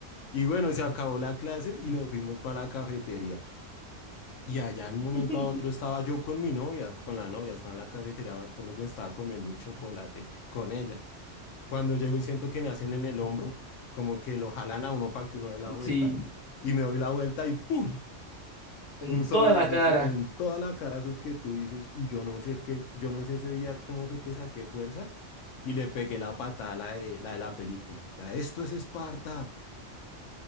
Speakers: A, on the left; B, on the left.
A: Y bueno, se acabó la clase y nos fuimos para la cafetería. Y allá en un
B: <laughs>
A: momento a otro estaba yo con mi novia, con la novia, estaba en la cafetería, me acuerdo que estaba comiendo un chocolate con ella. Cuando llego y siento que me hacen en el hombro, como que lo jalan a uno para que uno dé la vuelta,
B: Sí,
A: y me doy la vuelta y ¡pum!
B: en
A: Un solo
B: toda la
A: de esos,
B: cara.
A: sí, en toda la cara esos que tú dices, y yo no sé qué, yo no sé ese día cómo fue que saqué fuerza y le pegué la patada a la de la, de la película. La de, esto es Esparta.